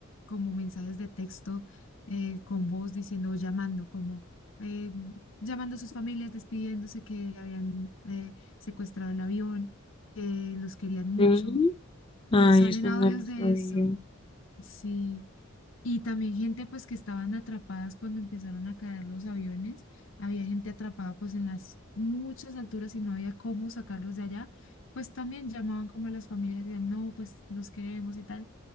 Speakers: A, on the left; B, on the left.
A: como mensajes de texto eh, con voz diciendo, llamando, como eh, llamando a sus familias, despidiéndose que habían eh, secuestrado el avión, que los querían mucho.
B: Sí.
A: Eh,
B: Ay,
A: salen
B: eso
A: audios
B: no lo sabía.
A: de eso. Sí. Y también gente pues que estaban atrapadas cuando empezaron a caer los aviones. Había gente atrapada pues en las muchas alturas y no había cómo sacarlos de allá. Pues también llamaban como a las familias y decían, no, pues los queremos y tal.